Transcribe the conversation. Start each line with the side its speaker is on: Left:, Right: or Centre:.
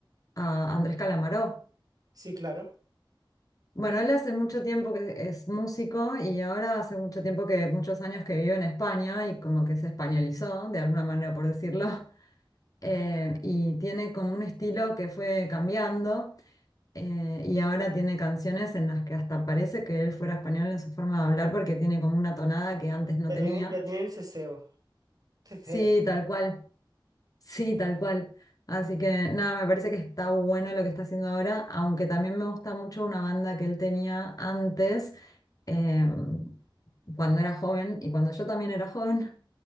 Left: a Andrés Calamaro.
Right: Sí, claro.
Left: Bueno, él hace mucho tiempo que es músico y ahora hace mucho tiempo que, muchos años que vive en España y como que se españolizó, de alguna manera por decirlo, <laughs> eh, y tiene como un estilo que fue cambiando. Eh, y ahora tiene canciones en las que hasta parece que él fuera español en su forma de hablar porque tiene como una tonada que antes no
Right: Ya
Left: tenía.
Right: tiene, ya tiene el ceseo. Ceseo.
Left: Sí, tal cual, sí, tal cual. Así que nada, me parece que está bueno lo que está haciendo ahora, aunque también me gusta mucho una banda que él tenía antes, eh, cuando era joven y cuando yo también era joven,